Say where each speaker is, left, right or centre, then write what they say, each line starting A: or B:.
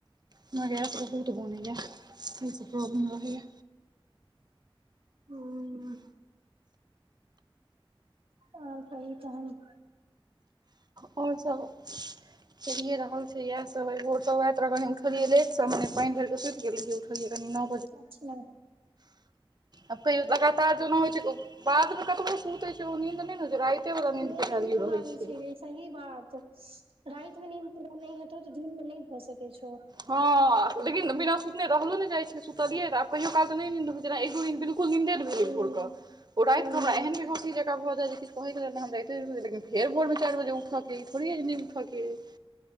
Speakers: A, on the right (about 50°); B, on the right (about 80°).
A: हमरा गैस बहुत बनैया, ई सब प्रॉब्लम रहैया।
B: ह <unintelligible> आओर कहु तहन?
A: आओर सब चलिए रहल छै इएह सब, आइ भोर सं वैह तरगने कनी उठलियै लेट सं मने पानि भरिके सुति गेल रहियै उठलियै कनी न
B: अच्छा।
A: आब कहियो लगातार जेना होइ छै। बाद मे कतबो सुतै छै ओ नींद नै होइ छै राति ते बला
B: नहि
A: नींद कज भैल्यू
B: पूरा
A: रहै
B: होइ
A: छै।
B: गे सही बात, <inaudible> रातिमे नीद पूरा नै हेतौ त दिनमे नै भ सकै छौ।
A: हँ लेकिन बिना सुतने रहलो ने जाइ छै सुतलियै त, कहियो काल त नै नींद होइ छै। जेना एक दू दिन बिलकुले नींन्दे नै
B: हूँ
A: भे <unintelligible> ओ रातिक
B: हूँ
A: हमरा एहने <unintelligible> भ जाएत जे किछ कहै के लेल नै हम रातिए क सुतब। लेकिन फेर भोरमे चारि बजे उठ के अइ, ई थोड़े ऐ जे नै उठ <unintelligible>